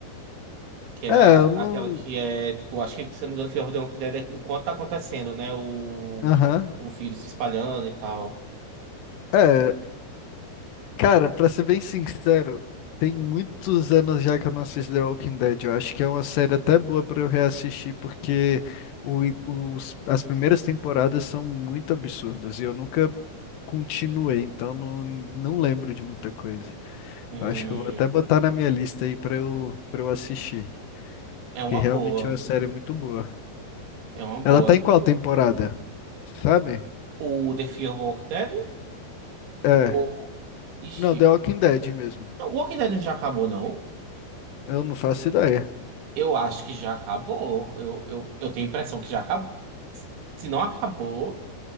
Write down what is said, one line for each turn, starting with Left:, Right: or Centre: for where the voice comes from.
Right: Que é
Left: É,
Right: a-
Left: eu não.
Right: aquela que é, tipo, acho que, se eu não me engano, Fear of the Walking Dead é enquanto tá acontecendo, né? O,
Left: Aham.
Right: o vírus se espalhando e tal.
Left: É, cara, pra ser bem sincero, tem muitos anos já que eu não assisto The Walking Dead. Eu acho que é uma série até boa pra eu reassistir, porque o, os, as primeiras temporadas são muito absurdas e eu nunca continuei, então não, não lembro de muita coisa.
Right: Hum,
Left: Eu acho que eu vou até botar na minha lista aí pra eu, pra eu assistir,
Right: é uma
Left: que realmente
Right: boa.
Left: é uma série muito boa.
Right: É uma boa.
Left: Ela tá em qual temporada? Sabe?
Right: O The Fear of Walking Dead?
Left: É.
Right: Ou. Ixi.
Left: Não, The Walking Dead mesmo.
Right: O Walking Dead já acabou, não?
Left: Eu não faço ideia.
Right: Eu acho que já acabou. Eu, eu, eu tenho a impressão que já acabou. Se não acabou,